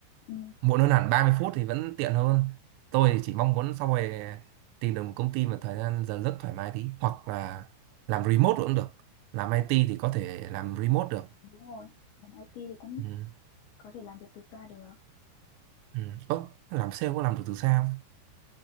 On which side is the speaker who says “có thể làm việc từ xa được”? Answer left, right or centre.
Left